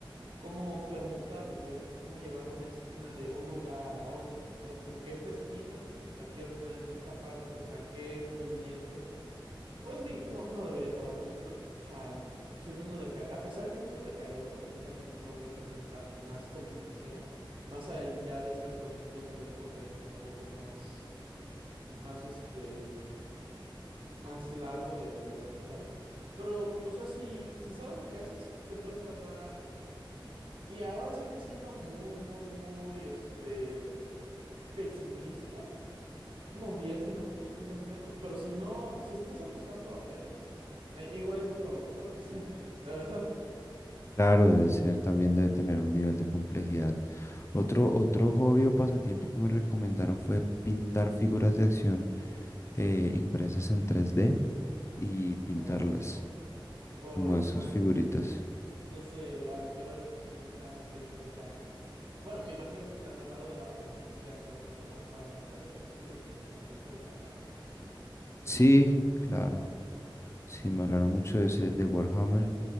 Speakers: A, on the right; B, on the left.
A: cómo permutarlos, o digamos, cómo llevar una esquina de un lugar a otro, ¿sabes? Como que esta esquina la quiero tener en esta parte, o sea, qué movimientos. Pues di- no, no debería tardar mucho. O sea, el- siendo uno de a pesar de que es un dodecaedro, Megamix no representa más complicación. Más allá de ser, por ejemplo, un tres por tres pero un poco más, más este, más largo de, de realizar. Pero, o sea, si, si sabes lo que haces, te puedes tardar. Y ahora sí que siendo muy, muy, muy, este, pesimista. Unos 10 minutos, quizás menos. Pero si no, si estás empezando apenas, eh, igual y nunca lo resuelves, <laughs> la verdad.
B: Claro, debe ser, también debe tener un nivel de complejidad. Otro, otro hobby o pasatiempo que me recomendaron fue pintar figuras de acción eh, impresas en 3D y pintarlas.
A: Oh, oh,
B: como esas
A: no,
B: figuritas.
A: es- ese agujero de gusano que es meterse a... Bueno, me imagino que te han hablado de la franquicia probablemente más famosa de ese sentido, que es la franquicia de Warhammer.
B: Sí, claro. Sí, me hablaron mucho de ese, de Warhammer.